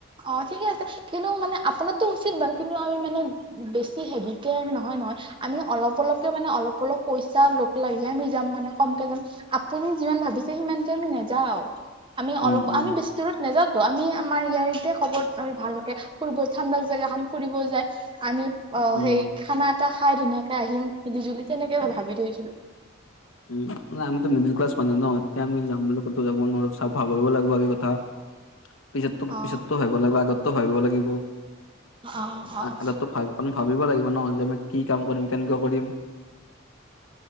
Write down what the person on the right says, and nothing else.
অ ঠিকে আছে কিন্তু মানে আপোনাৰটো উচিত বাৰু কিন্তু আমি মানে বেছি হেভিকে আমি নহয় নহয় আমি অলপ অলপকে মানে অলপ অলপ পইচা লগ লাগে আমি যাম মানে কমকে যাম আপুনি যিমান ভাবিছে সিমানকে আমি নাযাওঁ আওঁ- আমি
অলপ
আমি বেছি দূৰত নাযাওঁ। ত' আমি আমাৰ ইয়াৰতে ক'ব আমি ভালকে ফুৰিব ঠাণ্ডা জেগা খান ফুৰিব যায়। আমি অ
সেই খানাত চা খাই ধুনীয়াকে আহিম মিলি জুলি তেনেকে মই ভাবি থৈছিলো।
অ
অ অ।